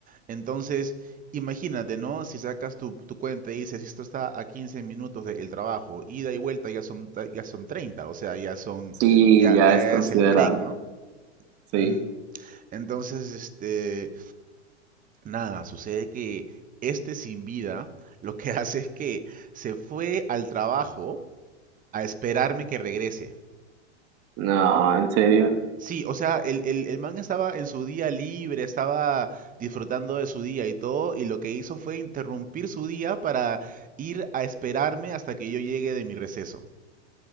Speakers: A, on the right; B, on the right.
A: Entonces, imagínate, ¿no? Si sacas tu, tu cuenta y dices, esto está a 15 minutos del trabajo, ida y vuelta ya son, ya son 30, o sea, ya son,
B: sí,
A: ya,
B: ya
A: ya
B: es considerable,
A: es el break, ¿no?
B: sí.
A: Mm, Entonces, este, nada, sucede que este sin vida lo que <laughs> hace es que se fue al trabajo a esperarme que regrese.
B: No, en serio.
A: Sí, o sea, el, el, el man estaba en su día libre, estaba disfrutando de su día y todo, y lo que hizo fue interrumpir su día para ir a esperarme hasta que yo llegue de mi receso.